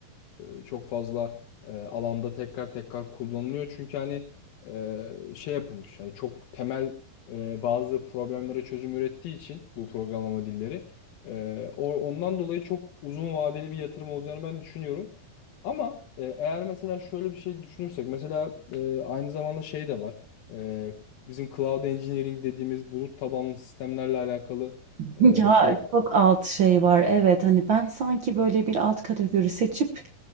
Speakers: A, on the left (about 80°); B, on the right (about 70°).
A: E, çok fazla e, alanda tekrar tekrar kullanılıyor. Çünkü hani e, şey yapılmış. Yani çok temel e, bazı problemlere çözüm ürettiği için bu programlama dilleri. e, o- ondan dolayı çok uzun vadeli bir yatırım olacağını ben düşünüyorum. Ama e, eğer mesela şöyle bir şey düşünürsek mesela e, aynı zamanda şey de var. E, bizim cloud engineering dediğimiz bulut tabanlı sistemlerle alakalı
B: <laughs>
A: e,
B: Ya
A: şeyler
B: çok alt şey var. Evet hani ben sanki böyle bir alt kategori seçip